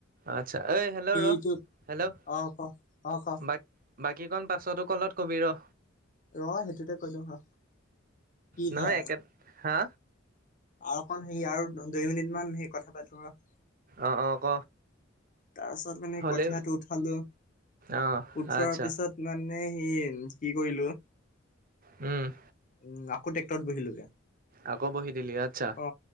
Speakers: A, on the right (about 45°); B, on the left (about 40°).
A: আচ্ছা ঐ হেল্ল'
B: সেইটোত
A: ৰ হেল্ল'
B: অ' ক অ' ক
A: ব বাকী কন পাছতো কলত কবি ৰ
B: ৰ সেইটোতে কলো হ কি
A: নহয়
B: হে
A: একে হা
B: আৰুকণ সেৰি আৰু দুই মিনিট মান সেই কথা পাতো ৰহ
A: অ অ ক
B: তাৰ পিছত মানে
A: হ'লেও
B: কঠিয়াটো উঠালো
A: অ
B: উঠোৱাৰ
A: আচ্ছা
B: পিছত মানে মানে সি কি কৰিলো
A: উম
B: উ আকৌ ট্ৰেক্টৰত বহিলোগে,
A: আকৌ বহি দিলি আচ্ছা
B: অ